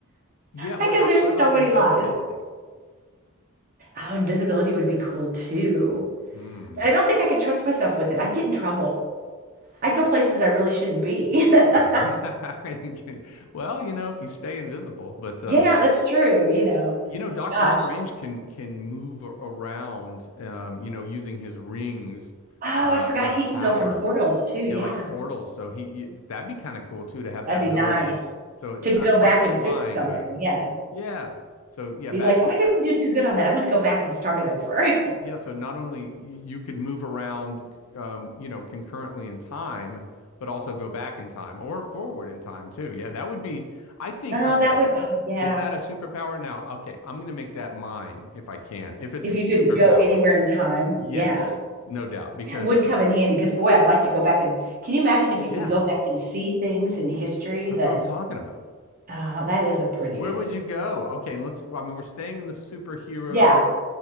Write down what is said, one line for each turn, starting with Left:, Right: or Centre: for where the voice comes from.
Left: Yeah. What
Right: I guess
Left: uh,
Right: there's
Left: What
Right: so
Left: about
Right: many
Left: invisibility?
Right: lies. Oh, invisibility would be cool too.
Left: Hmm.
Right: But I don't think I could trust myself with it. I'd get in trouble. I'd go
Left: Ye-
Right: places I really shouldn't be. <laughs>
Left: <laughs> You can- Well, you know, if you stay invisible, but um,
Right: Yeah, that's true, you know.
Left: you know, Doctor
Right: Gosh.
Left: Strange can can move a- around. Um, you know, using his rings,
Right: Oh,
Left: uh,
Right: I forgot
Left: of
Right: he
Left: power.
Right: can go from portals too.
Left: Yeah,
Right: Yeah.
Left: like portals. So he you, that'd be kind of cool too to have
Right: That'd
Left: that ability.
Right: be nice
Left: So it's
Right: to go
Left: not quite
Right: back
Left: flying,
Right: and fix something.
Left: but
Right: Yeah.
Left: yeah. So yeah,
Right: Be
Left: back
Right: like, oh, I didn't do too good on that. I'm going to go back and start it over. <laughs>
Left: Yeah, so not only you could move around, um, you know, concurrently in time, but also go back in time or forward in time too. Yeah, that would be, I think,
Right: Oh,
Left: okay,
Right: that would, oh, yeah.
Left: is that a superpower? Now, okay, I'm going to make that mine if I can. If it's
Right: If
Left: a superpower,
Right: you could go anywhere in time,
Left: yes,
Right: yeah,
Left: no doubt, because
Right: that would come in handy because boy, I'd like to go back and can you imagine if you
Left: yeah,
Right: could go back and see things in history
Left: that's
Right: that
Left: what I'm talking about.
Right: uh, that is a pretty
Left: Where
Right: good
Left: would
Right: se-
Left: you go? Okay, and let's, well, I mean, we're staying in the superhero,
Right: Yeah,